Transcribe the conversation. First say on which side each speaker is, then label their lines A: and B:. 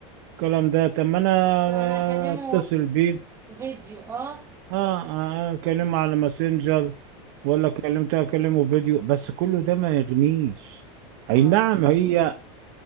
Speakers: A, on the right (about 55°); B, on the right (about 15°).
A: الكلام ده طب ما انا
B: طب انا
A: آه،
B: اكلمه
A: اتصل بيه
B: فيديو اه
A: اه اه اكلمه على ماسنجر ولا كلمته اكلمه فيديو بس كله ده ما يغنيش اي
B: اه
A: نعم هي